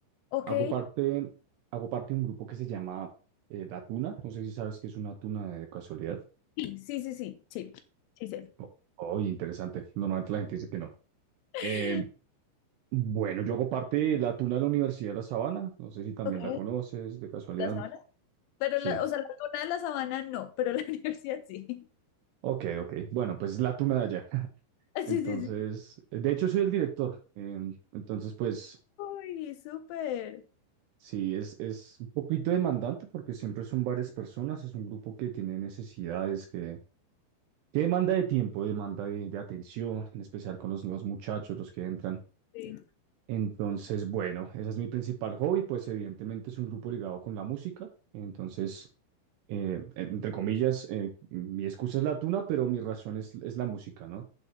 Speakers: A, on the left; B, on the right.
A: Ok,
B: hago parte, hago parte de un grupo que se llama eh, La Tuna, no sé si sabes qué es una tuna de casualidad.
A: sí, sí, sí, sí, sí, sí, sé.
B: O- Oye, interesante. Normalmente la gente dice que no.
A: <laughs>
B: Eh, bueno, yo hago parte de la Tuna de la Universidad de La Sabana. No sé si también
A: Ok,
B: la conoces, de casualidad.
A: la sabana. Pero,
B: Sí.
A: la, o sea, la tuna de la sabana no, pero la <laughs> universidad sí.
B: Ok, ok. Bueno, pues es la Tuna de allá. <laughs>
A: Ah, Sí,
B: Entonces,
A: sí, sí.
B: de hecho, soy el director. em, entonces, pues
A: ¡Ay, súper!
B: sí, es, es un poquito demandante porque siempre son varias personas. Es un grupo que tiene necesidades que, que demanda de tiempo, demanda de de atención, en especial con los nuevos muchachos, los que entran.
A: Sí.
B: Entonces, bueno, ese es mi principal hobby, pues evidentemente es un grupo ligado con la música, entonces, eh, entre comillas, eh, mi excusa es la tuna, pero mi razón es, es la música, ¿no?